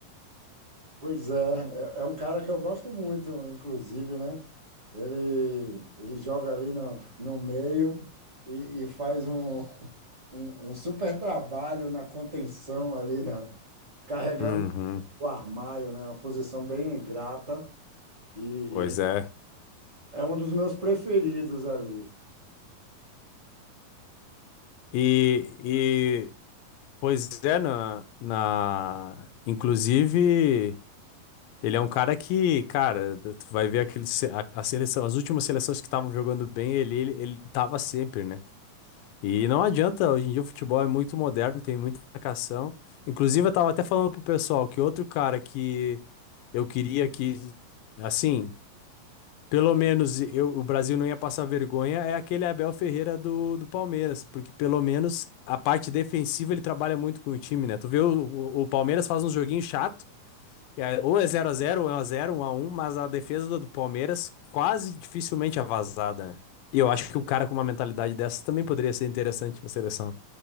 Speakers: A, on the right; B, on the left.
A: pois é, é, é um cara que eu gosto muito, inclusive, né? Ele, ele joga ali no, no meio e, e faz um, <laughs> um, um super trabalho na contenção ali, né? Carregando
B: Uhum.
A: o armário, né? Uma posição bem ingrata e,
B: Pois
A: e
B: é.
A: é um dos meus preferidos ali.
B: E, e pois é, na, na inclusive. Ele é um cara que, cara, tu vai ver aquele, se- a, a seleção, as últimas seleções que estavam jogando bem, ele, ele, ele tava sempre, né? E não adianta, hoje em dia o futebol é muito moderno, tem muita marcação. Inclusive, eu tava até falando pro pessoal que outro cara que eu queria que, assim, pelo menos eu, o Brasil não ia passar vergonha é aquele Abel Ferreira do, do Palmeiras, porque pelo menos a parte defensiva ele trabalha muito com o time, né? Tu vê o, o, o Palmeiras faz uns joguinhos chatos que é- Ou é zero a zero ou é 1x0, 1x1, mas a defesa do do Palmeiras quase dificilmente é vazada, né? E eu acho que o cara com uma mentalidade dessa também poderia ser interessante pra seleção.